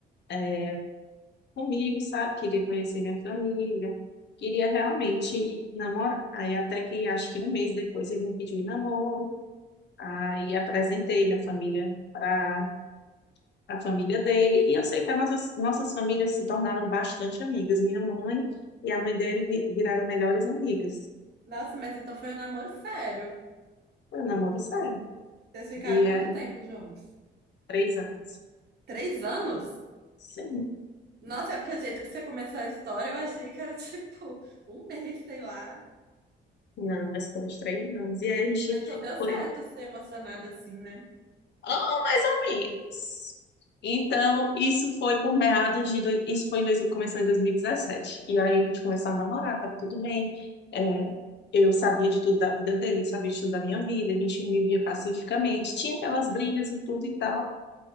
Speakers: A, on the left; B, on the right.
A: eh, comigo, sabe? Queria conhecer minha família, queria realmente namorar. Aí até que acho que um mês depois ele me pediu em namoro, aí apresentei minha família para a família dele, e eu sei que as nossas, nossas famílias se tornaram bastante amigas. Minha mãe e a mãe dele vi- viraram melhores amigas.
B: Nossa, mas então foi um namoro sério.
A: Foi um namoro sério,
B: Vocês ficaram
A: e
B: quanto
A: aí
B: tempo juntos?
A: três anos.
B: Três anos?
A: Sim.
B: Nossa, é porque o jeito que você começou a história, eu achei que era <laughs> tipo um mês, sei lá.
A: Não, mas com uns três anos. E aí a gente
B: Ah, então deu certo
A: foi,
B: ser emocionada assim, né?
A: oh, mais ou menos. Então, isso foi por meados de. doi- Isso foi em dois, começou em dois mil E dezessete. E aí a gente começou a namorar, tava tudo bem. É, eu sabia de tudo da vida dele, ele sabia de tudo da minha vida. A gente vivia pacificamente. Tinha aquelas brigas e tudo e tal.